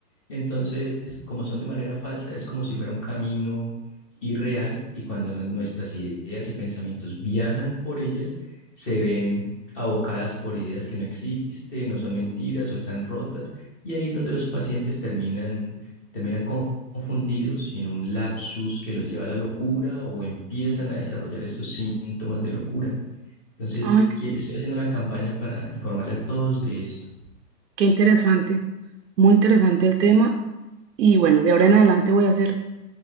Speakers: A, on the left; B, on the right.
A: entonces, como son de manera falsa, es como si fuera un camino irreal y cuando no- nuestras ideas y pensamientos viajan por ellas, se ven abocadas por ideas que no existen, no son mentiras o están rotas, y ahí es donde los pacientes terminan, terminan con- confundidos y en un lapsus que los lleva a la locura o empiezan a desarrollar estos síntomas de locura. Entonces,
B: Ay,
A: que- estoy haciendo una campaña para informarle a todos de esto.
B: qué interesante, muy interesante el tema. Y bueno, de ahora en adelante voy a hacer